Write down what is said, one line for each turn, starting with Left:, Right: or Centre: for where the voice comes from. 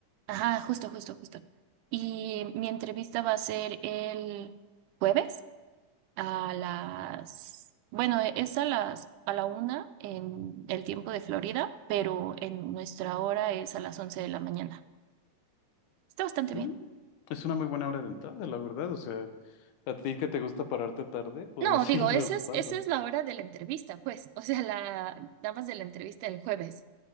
Right: Ajá, justo, justo, justo. Y mi entrevista va a ser el jueves. a las, bueno, e, es a las, a la una en el tiempo de Florida, pero en nuestra hora es a las 11 de la mañana. Está bastante
Left: Mm,
Right: bien.
Left: es una muy buena hora de entrada, la verdad. O sea, a ti que te gusta pararte tarde, podrías
Right: No,
Left: <laughs> seguirla
Right: digo, esa
Left: ocupando.
Right: es, esa es la hora de la entrevista, pues. O sea, la, nada más de la entrevista del jueves.